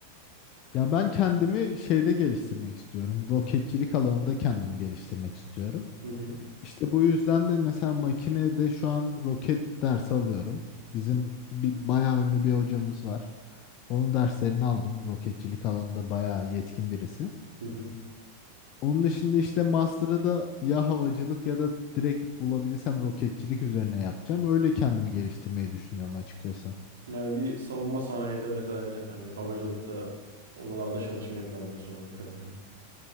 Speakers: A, on the left; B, on the right.
A: Ya ben kendimi şeyde geliştirmek istiyorum. Roketçilik alanında kendimi geliştirmek istiyorum.
B: Hı hı,
A: İşte bu yüzden de mesela makinede şu an roket dersi alıyorum. Bizim bir bayağı ünlü bir hocamız var. Onun derslerini aldım. Roketçilik alanında bayağı yetkin birisi.
B: hı hı.
A: Onun dışında işte master'ı da ya havacılık ya da direkt bulabilirsem roketçilik üzerine yapacağım. Öyle kendimi geliştirmeyi düşünüyorum açıkçası.
B: Yani bir savunma sanayide vesaire hani havacılıkta oralarda çalışmayı planlıyorsun anladığım kadarıyla.